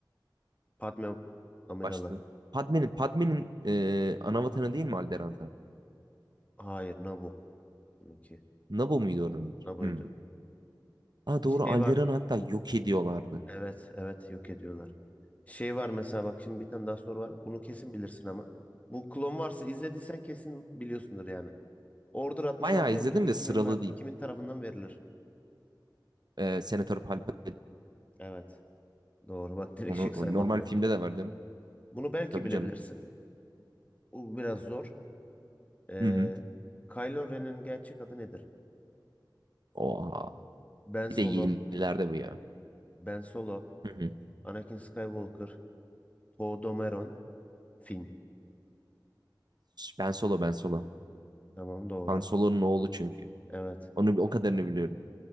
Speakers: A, on the left; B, on the right.
A: Padme Amidala.
B: Başladı. Padme'nin Padme'nin e, ana değil mi Alderan zaten?
A: Hayır Naboo. Bununki.
B: Naboo muydu oranınki?
A: Naboo'ydu.
B: Hmm. Aa, doğru
A: Şey
B: Alderan'ı
A: var.
B: hatta yok ediyorlardı.
A: Evet evet yok ediyorlar. Şey var mesela bak şimdi bir tane daha soru var. Bunu kesin bilirsin ama. Bu klon varsa izlediysen kesin biliyorsundur yani. Order 66
B: Bayağı izledim
A: emrini
B: de
A: kimin
B: sıralı
A: ve
B: değil.
A: kimin tarafından verilir?
B: E, Senatör Palpatine
A: Evet. Doğru. Bak direkt
B: onu
A: şık
B: o
A: saymadım
B: normal
A: ya.
B: filmde de var canım.
A: Bunu belki
B: Tabii
A: bilebilirsin.
B: canım.
A: Bu biraz zor. Ee,
B: Hı hı.
A: Kylo Ren'in gerçek adı nedir?
B: Oha.
A: Ben
B: Bir
A: Solo,
B: de yenilerde bu ya.
A: Ben Solo,
B: Hı hı.
A: Anakin Skywalker, Poe Dameron, Finn.
B: Ben Solo Ben Solo.
A: Tamam doğru.
B: Han Solo'nun oğlu çünkü.
A: Evet.
B: Onu o kadarını biliyorum.